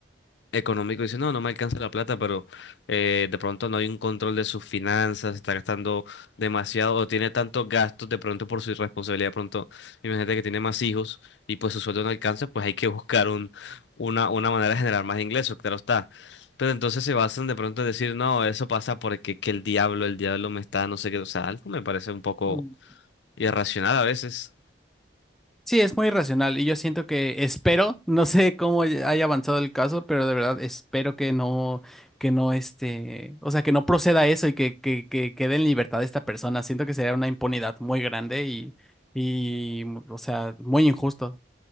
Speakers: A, on the left; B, in the centre.
A: económico dice, no, no me alcanza la plata, pero eh, de pronto no hay un control de sus finanzas, está gastando demasiado o tiene tantos gastos de pronto por su irresponsabilidad, de pronto imagínate que tiene más hijos y pues su sueldo no alcanza, pues hay que <laughs> buscar un, una, una manera de generar más ingresos, claro está. Pero entonces se basan de pronto en decir, no, eso pasa porque que el diablo, el diablo me está, no sé qué, o sea, algo me parece un poco
B: Mm.
A: irracional a veces.
B: Sí, es muy irracional y yo siento que espero, <laughs> no sé cómo haya avanzado el caso, pero de verdad espero que no, que no este, o sea, que no proceda eso y que, que, que quede en libertad esta persona. Siento que sería una impunidad muy grande y, y, o sea, muy injusto.